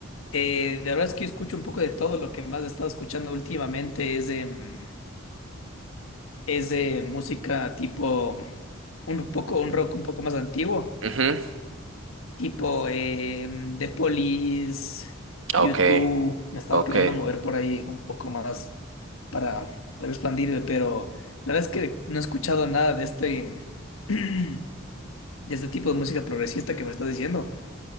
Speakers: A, on the left; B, on the right.
A: Eh, la verdad es que yo escucho un poco de todo. Lo que más he estado escuchando últimamente es de, mm, es de música tipo un poco, un rock un poco más antiguo,
B: Ujú,
A: tipo eh, The Police,
B: Ok.
A: YouTube. Me he estado
B: Ok,
A: queriendo mover por ahí un poco más para, para expandirme, pero la verdad es que no he escuchado nada de este, <clears throat> de este tipo de música progresista que me estás diciendo.